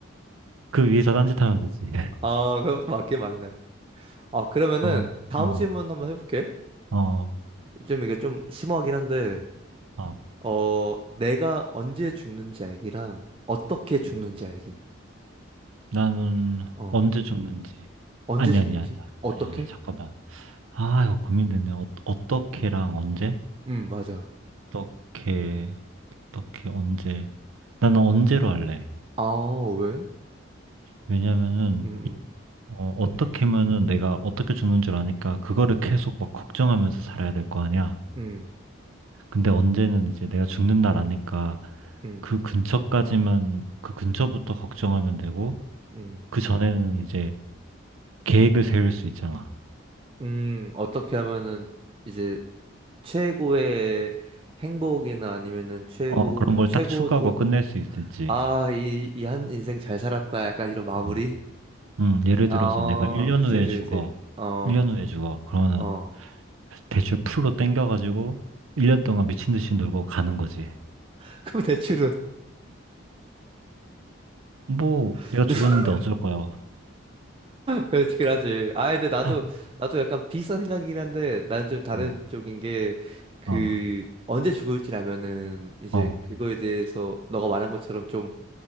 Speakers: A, on the right (about 85°); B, on the right (about 25°).
A: 그 위에서 딴짓하면 되지.
B: 아, 그것도 맞긴 맞네. 아, 그러면은
A: 어,
B: 다음
A: 어,
B: 질문 한번 해볼게.
A: 어,
B: 좀 이게 좀 심오하긴 한데,
A: 어.
B: 어, 내가 언제 죽는지 알기랑 어떻게 죽는지
A: 음.
B: 알기.
A: 나는
B: 어,
A: 언제 죽는지.
B: 언제
A: 아니,
B: 죽는지?
A: 아니, 아니야.
B: 어떻게?
A: 아니, 아니야. 잠깐만. 아, 이거 고민되네. 어, 어떻게랑 언제?
B: 음, 맞아.
A: 어떻게, 어떻게, 언제. 나는 언제로 할래.
B: 아, 왜?
A: 왜냐면은,
B: 음, 음,
A: 어, 어떻게 하면은 내가 어떻게 죽는 줄 아니까 그거를 계속 막 걱정하면서 살아야 될 거 아니야.
B: 음,
A: 근데 언제는 이제 내가 죽는 날 아니까
B: 음,
A: 그 근처까지만 그 근처부터 걱정하면 되고
B: 음,
A: 그 전에는 이제 계획을 세울 수 있잖아.
B: 음, 어떻게 하면은 이제 최고의 행복이나 아니면은 최고
A: 어, 그런 걸
B: 최고로
A: 딱 추가하고 끝낼 수 있을지.
B: 아, 이, 이 한 인생 잘 살았다. 약간 이런 마무리?
A: 어. 음, 예를
B: 어,
A: 들어서 내가 1년
B: 그치,
A: 후에
B: 그치,
A: 죽어.
B: 그치. 어,
A: 1년 후에 죽어. 그러면은
B: 어.
A: 대출 풀로 땡겨가지고 1년 동안 미친 듯이 놀고 가는 거지.
B: <laughs> 그럼 대출은
A: 뭐
B: <laughs>
A: 내가
B: 누가
A: 죽었는데 어쩔 거야.
B: 그렇긴 하지. 아, 근데 나도
A: <laughs>
B: 나도 약간 비슷한 생각이긴 한데 나는 좀 다른
A: 어.
B: 쪽인 게 그
A: 어.
B: 언제 죽을지 알면은 이제
A: 어,
B: 그거에 대해서 너가 말한 것처럼 좀